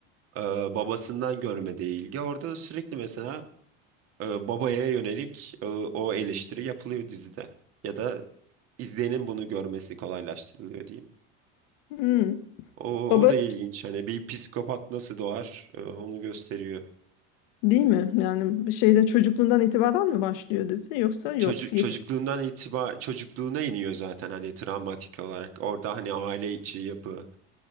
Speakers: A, on the right; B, on the left.
A: e, babasından görmediği ilgi. Orada da sürekli mesela e, babaya yönelik e, o eleştiri yapılıyor dizide. Ya da izleyenin bunu görmesi kolaylaştırılıyor diyeyim.
B: Hmm.
A: O,
B: Baba
A: o da ilginç. Hani bir psikopat nasıl doğar e, onu gösteriyor.
B: değil mi? Yani şeyden çocukluğundan itibaren mi başlıyor dizi yoksa yok
A: Çocuk,
B: yetiş.
A: çocukluğundan itibar çocukluğuna iniyor zaten hani travmatik olarak. Orada hani aile içi yapı,